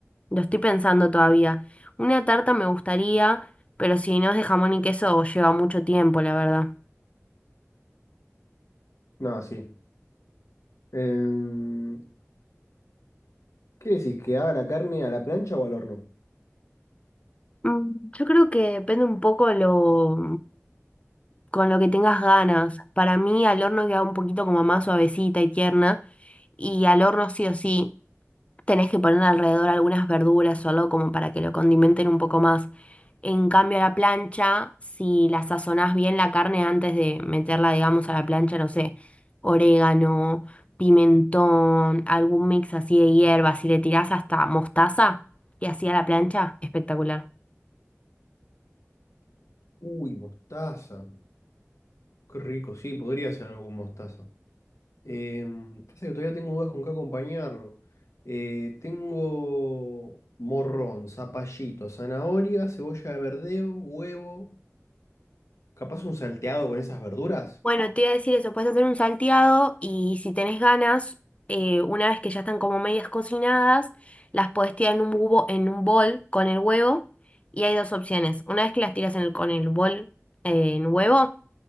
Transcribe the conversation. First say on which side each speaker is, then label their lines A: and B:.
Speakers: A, on the left; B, on the left.
A: Lo estoy pensando todavía. Una tarta me gustaría, pero si no es de jamón y queso, lleva mucho tiempo, la verdad.
B: No, sí. Em, ¿qué decís? ¿Que haga la carne a la plancha o al horno?
A: Mm, Yo creo que depende un poco lo con lo que tengas ganas. Para mí al horno queda un poquito como más suavecita y tierna. Y al horno sí o sí tenés que poner alrededor algunas verduras o algo como para que lo condimenten un poco más. En cambio a la plancha, si la sazonás bien la carne antes de meterla, digamos, a la plancha, no sé, orégano, pimentón, algún mix así de hierbas, si le tirás hasta mostaza y así a la plancha, espectacular.
B: Uy, mostaza. Qué rico, sí, podría hacer algo con mostaza. Em, pasa que todavía tengo dudas con qué acompañarlo. Eh, tengo morrón, zapallito, zanahoria, cebolla de verdeo, huevo. Capaz un salteado con esas verduras.
A: Bueno, te iba a decir eso, puedes hacer un salteado y si tenés ganas, eh, una vez que ya están como medias cocinadas, las podés tirar en un bubo, en un bol con el huevo y hay dos opciones. Una vez que las tiras en el- con el bol eh, en huevo,